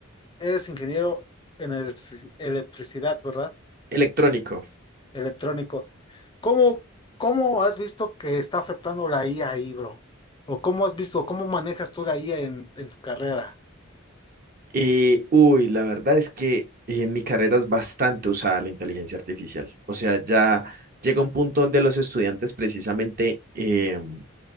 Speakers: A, on the left (about 20°); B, on the right (about 45°).
A: eres ingeniero en electrici- electricidad, ¿verdad?
B: Electrónico.
A: Electrónico. ¿Cómo, cómo has visto que está afectando la IA ahí, bro? ¿O cómo has visto, cómo manejas tú la IA en, en tu carrera?
B: Y, uy, la verdad es que en mi carrera es bastante usada la inteligencia artificial. O sea, ya llega un punto donde los estudiantes precisamente... em,